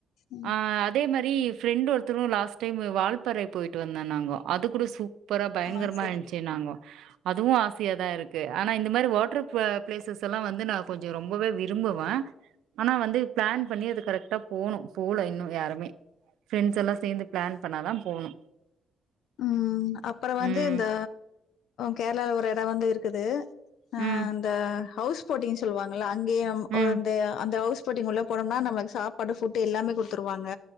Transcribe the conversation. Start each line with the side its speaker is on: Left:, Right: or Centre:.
Left: ம்.
Right: ஆ அதே மாறி ஃப்ரெண்ட் ஒருத்தரு லாஸ்ட் டைம் வால்பறை போயிட்டு வந்தன்னாங்கோ அது கூட சூப் ப்பரா பயங்கரமா
Left: ஆ சரிங்க.
Right: இருந்துச்சுன்னாங்கோ அதுவும் ஆசைய தான் இருக்கு ஆனா இந்த மாறி வாட்டர் பிளேசஸ்லாம் வந்து நான் கொஞ்சம் ரொம்பவே விரும்புவேன் ஆனா வந்து பிளான் பண்ணி அது கரெக்டா போணும் போல இன்னும் யாருமே பிரெண்ட்ஸ் எல்லாம் சேர்ந்து பிளான் பண்ணாதான் போணும்
Left: ம் அப்பறம் வந்து
Right: ம்.
Left: இந்த கேரளால ஒரு இடம் வந்து இருக்குது அ
Right: ம்.
Left: அந்த ஹவுஸ் போட்டிங் சொல்லுவாங்கல்ல அங்கேய்ம் ஓ
Right: ம்.
Left: அந்த அந்த ஹவுஸ் போட்டிங் உள்ள போனம்னா நமக்கு சாப்பாடு ஃபுட்டு எல்லாமே குடுத்துருவாங்க